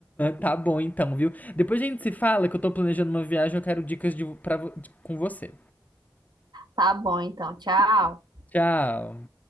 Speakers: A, on the left; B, on the right.
A: Tá bom então, viu? Depois a gente se fala que eu tô planejando uma viagem, eu quero dicas de, pra, de- com você.
B: Tá bom, então. Tchau.
A: Tchau.